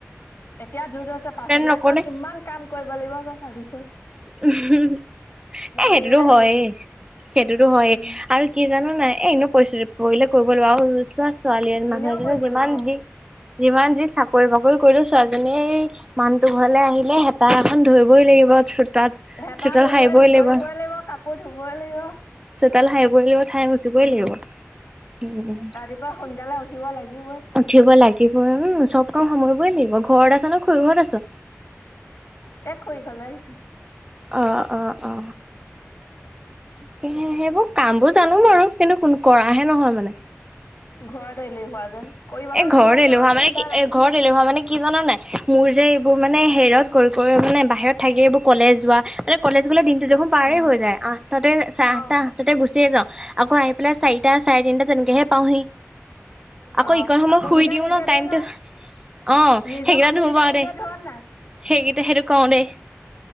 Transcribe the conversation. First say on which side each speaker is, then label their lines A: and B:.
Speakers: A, on the left (about 65°); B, on the right (about 15°).
A: এতিয়া দূদ হৈছ পাছলে
B: নকৰোতে
A: তই কিমান কাম কৰিব লাগিব তই চাবিছো
B: উম হু এ সেইটোতো
A: হেৰিয়তে হেৰি
B: হয়
A: হ'ল।
B: সেইটোতো হয়ে
A: উম,
B: আৰু কি জানো নাই এনে পৰিস্থিতি কৰিলে কৰিব লাগিব আও চোৱা ছোৱালী মানুহ
A: এনেও
B: এজনীয়ে
A: কৰিব লাগিব
B: যিমান
A: অ'।
B: যি যিমান যি চাকৰি বাকৰি কৰিলো ছোৱালীজনীয়ে এই মানুহটো ঘৰলে আহিলে হেতা এখন ধৰিবই লাগিব তাত
A: হেতা
B: চোতাল
A: ধুবই
B: সাৰিবই
A: ধৰিবই
B: লাগিব
A: কাপোৰ ধুবই লাগিব।
B: চোতাল সাৰি ঠাই মচিবই
A: উম।
B: লাগিব উম
A: ৰাতিপুৱা সোনকালে উঠিব লাগিবই
B: উঠিব লাগিব উম চব কাম সময়বই লাগিব ঘৰত <unintelligible> খুৰি ঘৰত আছ
A: এ খুৰিঘৰলে আহিছিলো
B: অ অ অ
A: <unintelligible>
B: তাকেহে সেইবোৰ কাম বোৰ জানো বাৰু কিন্তু ক কৰাহে নহয় মানে
A: ঘৰতে এলেহুৱা যেন।
B: এ,
A: কৰিবলে
B: ঘৰত
A: মানুহ আছে
B: এলেহুৱা
A: আৰু
B: মানে
A: চিন্তা
B: কি
A: নাই
B: এ ঘৰত এলেহুৱা মানে কি জানা নাই? মোৰ যে এইবোৰ মানে হেৰিয়ত কৰি কৰি মানে বাহিৰত থাকি এইবোৰ কলেজ যোৱা, কলেজ গলে দিনটো দেখোন পাৰে
A: উম
B: হৈ যায়। আঠটাতে, চাৰে
A: অ
B: আঠটা আঠটাতে গুচিয়ে যাওঁ। আকৌ আহি পেলাই চাৰিটা চাৰে তিনিটা তেনেকে হে পাওঁহি। আকৌ
A: অ'
B: ইকণ সময়
A: কাপোৰ
B: শুই
A: কেইটা
B: দিও
A: নিজে
B: ন টাইমটো
A: ধুই লয়।
B: অ
A: নিজৰ
B: সেইকেইটা
A: কাপোৰ
B: ধুও
A: কেইটা
B: বাৰু
A: নিজে
B: দেই
A: ধুৱ নে?
B: সেইকেইটা সেইটো কওঁ দেই।